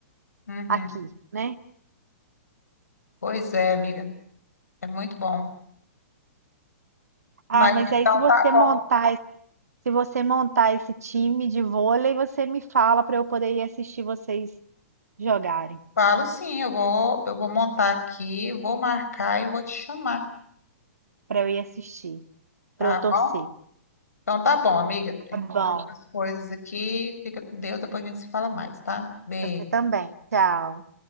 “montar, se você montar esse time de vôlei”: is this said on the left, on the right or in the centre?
Right